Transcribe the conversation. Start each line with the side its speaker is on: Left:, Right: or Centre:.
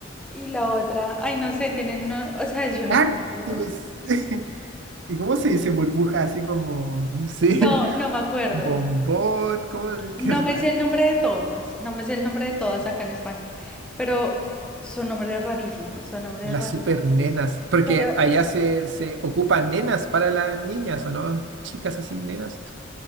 Centre: y la otra, ay, no sé, tienen, uno- o sea, yo no
Right: cactus.
Centre: entiendo.
Right: <laughs> ¿Y cómo se dice burbuja? Así como, no sé,
Centre: No,
Right: <laughs>
Centre: no me acuerdo.
Right: bombón, ¿cómo?
Centre: No
Right: Qué raro.
Centre: me sé el nombre de todas, no me sé el nombre de todas acá en España, pero son nombres rarísimos, son nombres
Right: Las
Centre: rarísimos.
Right: super nenas, porque
Centre: Pero
Right: allá se, se ocupan nenas para las niñas, ¿o no? Chicas así, nenas.